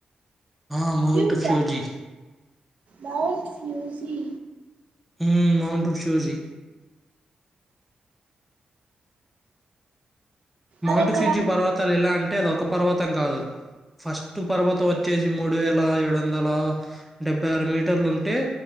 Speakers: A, in the centre; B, on the right.
A: ఆ మౌంట్
B: ఫ్యూస్
A: Fuji
B: ఆ mount Fuji
A: um mount Fuji mount
B: అదెక్కడ
A: ఫ్యూజి పర్వతాలు ఎలా అంటే అది ఒక పర్వతం కాదు ఫస్ట్ పర్వతం వచ్చేసి మూడు వేల ఏడు వందల డెబ్బై ఆరు మీటర్లు ఉంటే